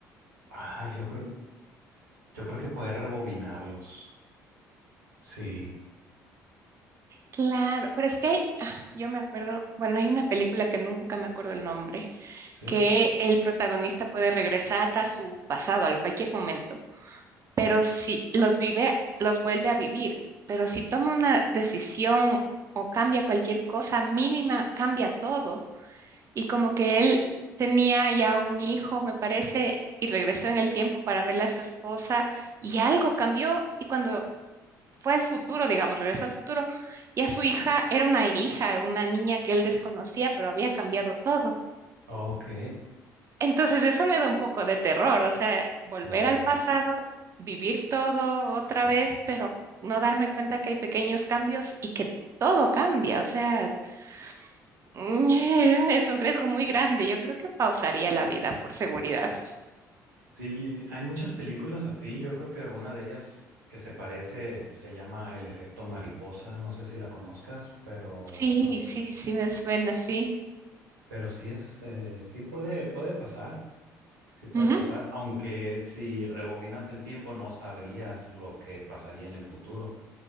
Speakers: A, on the right; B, on the right.
A: ah, yo creo, yo creo que poder rebobinarlos. Sí,
B: claro, pero es que hay- ah, yo me acuerdo, bueno, hay una película que nunca me acuerdo el nombre,
A: sí.
B: que el protagonista puede regresar a su pasado, a cualquier momento. pero si los vive, los vuelve a vivir. Pero si toma una decisión o cambia cualquier cosa mínima, cambia todo. Y como que él tenía ya un hijo, me parece, y regresó en el tiempo para verle a su esposa y algo cambió y cuando fue al futuro, digamos, regresó al futuro, ya su hija era una hija, una niña que él desconocía, pero había cambiado todo.
A: Ok.
B: Entonces eso me da un poco de terror, o sea, volver
A: Sí.
B: al pasado, vivir todo otra vez, pero no darme cuenta que hay pequeños cambios y que todo cambia, o sea, <laughs> es un riesgo muy grande. Yo creo que pausaría la vida por seguridad.
A: Sí, hay muchas películas así. Yo creo que una de ellas que se parece se llama El efecto mariposa. No sé si la conozcas, pero,
B: Sí,
A: Ah.
B: sí, sí me suena así.
A: pero sí es, eh, sí puede, puede pasar. Sí puede
B: Ujú.
A: pasar, aunque si rebobinas el tiempo no sabrías lo que pasaría en el futuro.